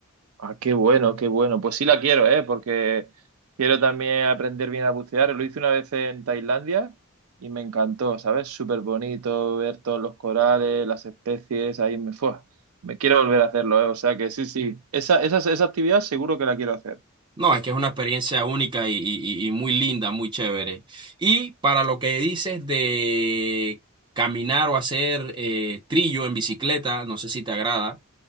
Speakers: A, on the right (about 80°); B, on the right (about 20°).
A: ah, qué bueno, qué bueno. Pues sí la quiero, ¿eh? Porque quiero también aprender bien a bucear. Lo hice una vez en Tailandia y me encantó, ¿sabes? Súper bonito ver todos los corales, las especies, ahí me fue. Me quiero volver a hacerlo, ¿eh? O sea que sí, sí. Esa, esa, esa actividad seguro que la quiero hacer.
B: No, es que es una experiencia única y, y- y muy linda, muy chévere. Y para lo que dices de caminar o hacer eh, trillo en bicicleta, no sé si te agrada.